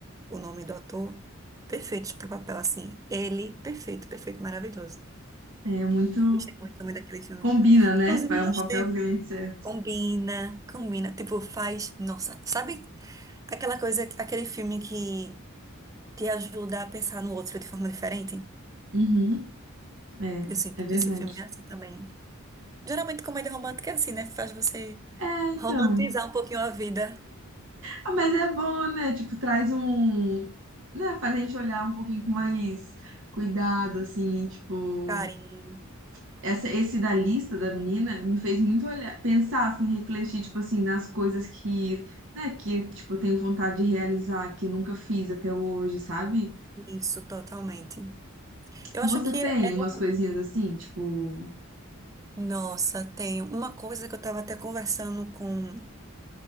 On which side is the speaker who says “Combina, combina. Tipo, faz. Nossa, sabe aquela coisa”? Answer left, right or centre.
Right